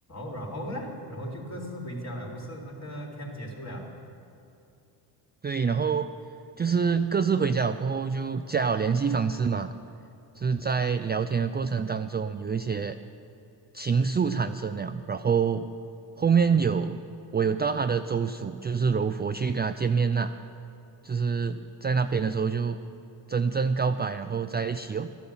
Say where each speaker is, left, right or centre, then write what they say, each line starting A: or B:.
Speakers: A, on the left; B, on the right.
A: 然后嘞，然后就各自回家了，不是那个 camp 结束了。
B: 对，然后就是各自回家了过后就加了联系方式嘛，就是在聊天的过程当中有一些情愫产生了，然后后面有我有到他的州属，就是柔佛去跟他见面啦，就是在那边的时候就真正告白，然后在一起哦，